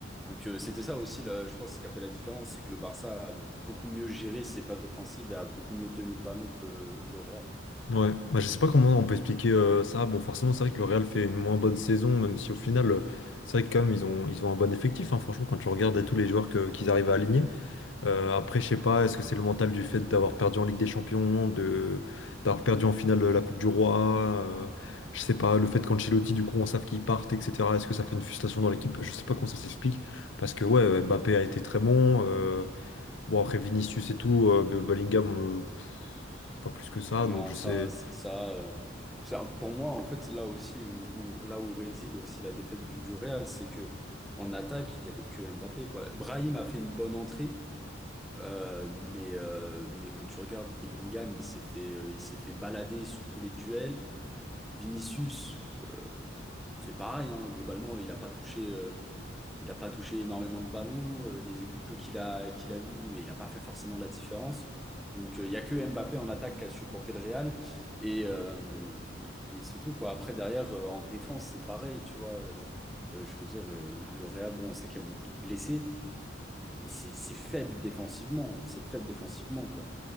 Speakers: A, in the centre; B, on the left.
A: Donc euh, c'était ça aussi, là, je pense, ce qui a fait la différence, c'est que le Barça a beaucoup mieux géré ses phases offensives et a beaucoup mieux tenu le ballon que le, le Real.
B: Ouais, bah, je sais pas comment on peut expliquer euh, ça. Bon, forcément, c'est vrai que le Real fait une moins bonne saison, même si au final, euh, c'est vrai que quand même, ils ont, ils ont un bon effectif. hein. Franchement, quand tu regardes à tous les joueurs que- qu'ils arrivent à aligner. Euh, après, je sais pas, est-ce que c'est le mental du fait d'avoir perdu en Ligue des Champions, de d'avoir perdu en finale la Coupe du Roi, euh, je sais pas, le fait qu'Ancelotti, du coup, on savent qu'il parte, etc. Est-ce que ça fait une frustration dans l'équipe? Je sais pas comment ça s'explique, parce que ouais, Mbappé a été très bon. euh, bon, après Vinicius et tout, euh, Bellingham, euh, pas plus que ça,
A: Non,
B: donc je
A: ça,
B: sais.
A: ça, euh, ça, pour moi, en fait, là aussi, où, où- là où réside aussi la défaite du, du Real, c'est que en attaque, il n'y avait que Mbappé, quoi. Brahim a fait une bonne entrée, euh, mais, euh, mais quand tu regardes Bellingham, il s'est fait, euh, il s'est fait balader sur tous les duels. Vinicius, euh, c'est pareil, hein, globalement, il n'a pas touché, euh, il n'a pas touché énormément de ballons, euh, les, les peu qu'il a, qu'il a eu, et il n'a pas fait forcément de la différence. Donc, euh, il n'y a que Mbappé en attaque qui a supporté le Real. Et, euh, et c'est tout, quoi. Après, derrière, euh, en défense, c'est pareil, tu vois. Euh, euh, je veux dire, euh, le Real, bon, on sait qu'il y a beaucoup de blessés, mais c'est c'est faible défensivement. C'est faible défensivement, quoi.